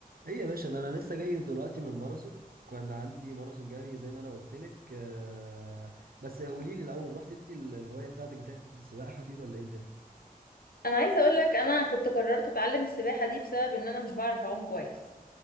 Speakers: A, on the right; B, on the left.
A: ايه يا باشا ده انا لسه جاي دلوقتي من الماراثون كان عندي ماراثون جري زي ما انا قلت لك آه، بس قولي لي الاول رحت انت ال- الهوايه بتاعتك بتاعت السباحه دي ولا ايه الدنيا
B: انا عايزه اقول لك انا كنت قررت اتعلم السباحه دي بسبب ان انا مش بعرف اعوم كويس